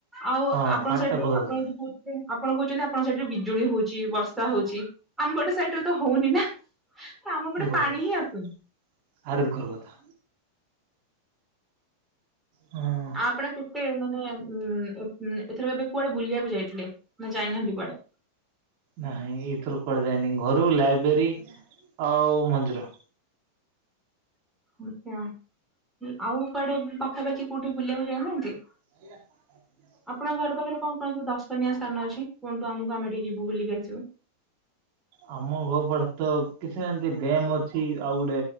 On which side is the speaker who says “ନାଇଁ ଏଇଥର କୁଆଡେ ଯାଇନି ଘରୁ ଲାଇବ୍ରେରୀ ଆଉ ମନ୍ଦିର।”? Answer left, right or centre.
Right